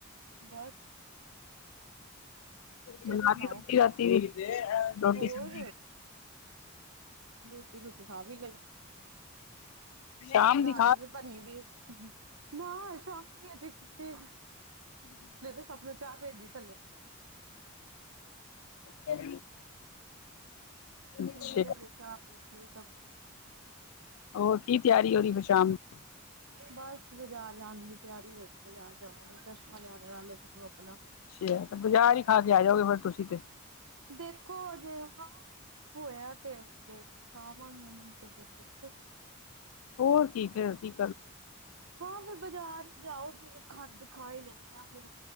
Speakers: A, on the right; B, on the left.
A: ਬਸ ਤੁਸੀਂ
B: ਬਣਾ
A: ਸੁਣਾਓ,
B: ਲਈ ਰੋਟੀ ਰਾਤੀ ਦੀ ਰੋਟੀ
A: ਹੋਰ
B: ਸਬਜ਼ੀ
A: ਰੋਟੀ ਰੂਟੀ ਖਾ ਵੀ ਲਈ,
B: ਸ਼ਾਮ
A: ਰਾਤ
B: ਖਾ
A: ਦੀ ਵੀ ਭਨੀ ਦੀ ਏ ਨਾ ਸ਼ਾਮ ਦੀ ਅਜੇ ਕਿਤੇ ਸਭ ਨੂੰ ਚਾਹ ਭੇਜੀ ਥੱਲੇ
B: ਹ <inaudible> ਅੱਛਾ
A: ਹੁਣੇ ਤਾਂ ਹਾਲੇ ਚਾਹ ਪੀਤੀ ਸਭ ਨੇ।
B: ਹੋਰ ਕੀ ਤਿਆਰੀ ਹੋ ਰਹੀ, ਫਿਰ ਸ਼ਾਮ ਦੀ
A: ਬਸ ਬਾਜ਼ਾਰ ਜਾਣ ਦੀ ਤਿਆਰੀ ਹੋਈ, ਬਾਜ਼ਾਰ ਜਾਵਾਂਗੇ ਚਸ਼ਮਾ ਲਿਆਣਾ ਨਾਲੇ ਮੈਂਨੂੰ ਆਪਣਾ
B: ਅੱਛਾ, ਬਾਜ਼ਾਰ ਹੀ ਖਾ ਕੇ ਆ ਜਾਓਗੇ, ਫੇਰ ਤੁਸੀਂ ਤੇ
A: ਦੇਖੋ ਜੇ ਹਾਂ ਹੋਇਆ ਤੇ ਦੇਖ ਆਵਾਂਗੇ, ਨਹੀਂ ਤੇ ਫੇਰ ਦੇਖੋ
B: ਹੋਰ ਕੀ ਫਿਰ ਅਸੀਂ
A: ਹਾਂ, ਫਿਰ ਬਾਜ਼ਾਰ ਹੀ ਜਾਓ, ਫਿਰ ਖੰਡ ਖਾ ਹੀ ਲੈਂਨੇ ਹਾ ਫਿਰ।